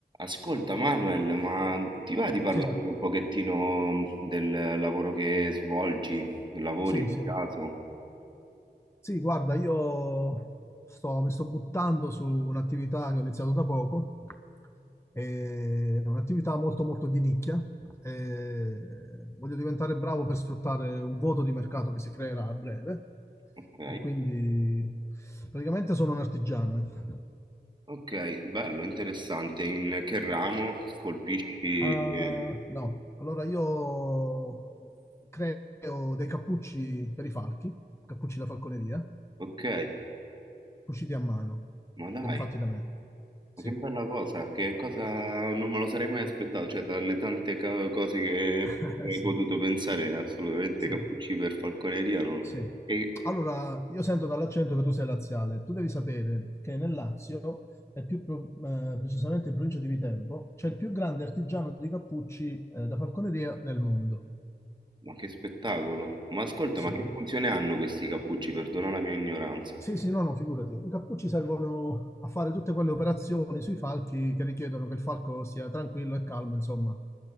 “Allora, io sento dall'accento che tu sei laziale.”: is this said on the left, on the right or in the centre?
Left